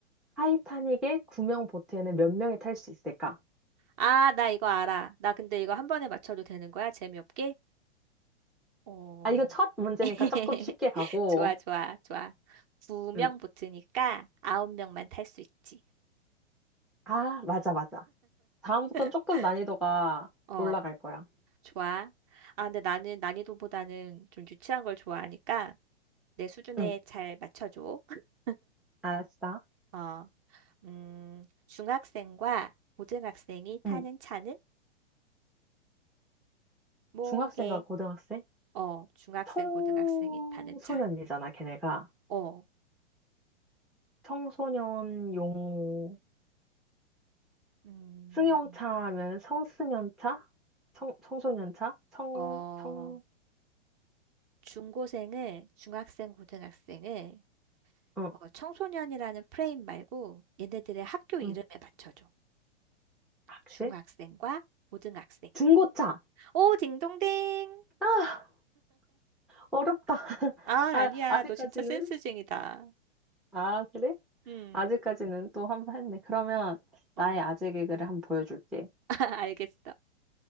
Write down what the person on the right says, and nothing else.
아, 나 이거 알아. 나 근데 이거 한 번에 맞춰도 되는 거야? 재미없게? 어.
<laughs>
좋아, 좋아, 좋아. 9명
붙으니까 아홉 명만 탈 수 있지.
<laughs>
어,
좋아. 아, 근데 나는 난이도보다는 좀 유치한 걸 좋아하니까 내 수준에
잘 맞춰줘. <laughs>
어, 음, 중학생과 고등학생이 타는
차는 뭐게?
어, 중학생,
고등학생이 타는 차.
어,
음,
어,
중고생을, 중학생, 고등학생을
어, 청소년이라는 프레임 말고 얘네들의 학교 이름에
맞춰줘.
중학생과
고등학생.
오, 딩동댕.
아,
아니야.
너 진짜 센스쟁이다.
음,
어,
<laughs> 알겠어.